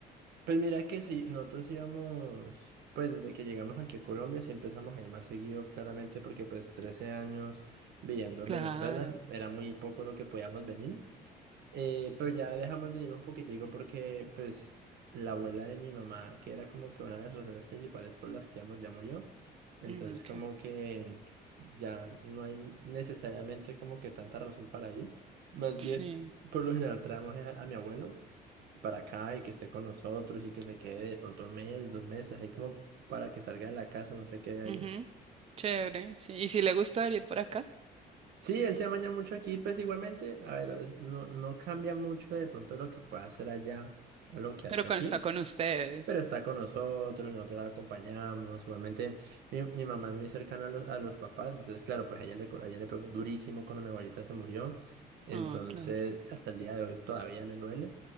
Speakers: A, on the right (about 75°); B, on the right (about 35°).
A: Pues mira que sí, nosotros íbamos, pues desde que llegamos aquí a Colombia sí empezamos a ir más seguido claramente porque pues 13 años viviendo en
B: Claro.
A: Venezuela era muy poco lo que podíamos venir, Eh, pero ya dejamos de ir un poquitico porque pues la abuela de mi mamá, que era como que una de las razones principales por las que íbamos, ya murió, entonces
B: Mm, ok.
A: como que ya no hay necesariamente como que tanta razón para ir, más
B: Sí.
A: bien por lo general traemos a a mi abuelo para acá y que esté con nosotros y que se quede de pronto un mes, dos meses, ahí como para que salga de la casa, no sé qué hay ahí.
B: Ujú, Chévere, sí. Y si le gusta venir por acá,
A: Sí, él se amaña mucho aquí, pues igualmente, a ver, es- no, no cambia mucho de pronto lo que pueda hacer allá a lo que
B: pero
A: hace
B: con,
A: aquí.
B: está con ustedes.
A: pero está con nosotros, nosotros la acompañamos. Igualmente, mi, mi mamá es muy cercana a los, a los papás, entonces, claro, pues a ella le, co- a ella le pegó durísimo cuando mi abuelita se murió. Entonces,
B: Ah, claro.
A: hasta el día de hoy todavía le duele.